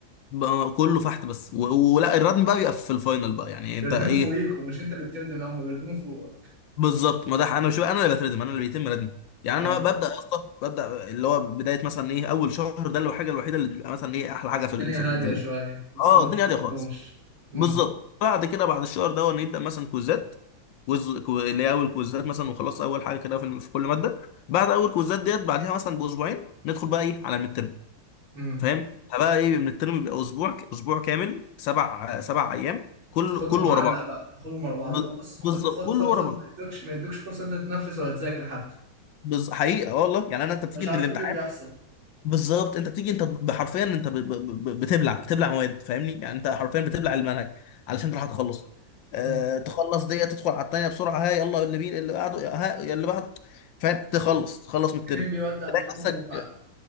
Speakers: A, on the left; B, on the right.
A: بقى كله فحت بس و- ولا الردم بقى بيبقى في الفاينل بقى يعني انت
B: بيردموا
A: ايه
B: فوقيك ومش انت اللي بتردم لا هما بيردموا فوقك
A: بالظبط ما ده انا مش بقى انا اللي بتردم انا اللي بيتم ردمي يعني
B: اه
A: انا ببدا يا اسطى ببدا اللي هو بدايه مثلا ايه اول شهر ده اللي هو الحاجه الوحيده اللي بتبقى مثلا ايه احلى حاجه في
B: الدنيا
A: ال في ال
B: هادية
A: في ال-
B: شوية لسه
A: اه
B: ما
A: الدنيا
B: استخدموش
A: هاديه خالص
B: امم
A: بالظبط بعد كده بعد الشهر ده نبدا مثلا كوزات كوز كو- اللي هي اول كوزات مثلا وخلاص اول حاجه كده في في كل ماده بعد اول كوزات ديت بعدها مثلا باسبوعين ندخل بقى ايه على الميد ترم
B: امم
A: فاهم فبقى ايه من الترم بيبقى اسبوع اسبوع كامل سبع سبع ايام كل
B: خدهم
A: كله
B: معلق
A: ورا بعض
B: بقى خدهم ورا بعض
A: ب-
B: بقى بص
A: بالظبط
B: خد خد
A: كله
B: خد
A: ورا
B: خد
A: بعض
B: ما يدوكش ما يدوكش فرصة انت تتنفس ولا تذاكر حتى
A: بز- حقيقه والله يعني انا انت بتيجي
B: مش
A: من
B: عارف
A: الامتحان
B: ايه اللي بيحصل
A: بالظبط انت بتيجي انت بحرفيا انت ب- ب- ب- بتبلع بتبلع مواد فاهمني يعني انت حرفيا بتبلع المنهج علشان تلحق تخلص اه
B: امم
A: تخلص دي تدخل على التانية بسرعة ها يلا اللي بين اللي بعده ها اللي بعد فاهم تخلص تخلص من الترم
B: منين بيودي على
A: تلاقي
B: فين
A: نفسك
B: واللي بعده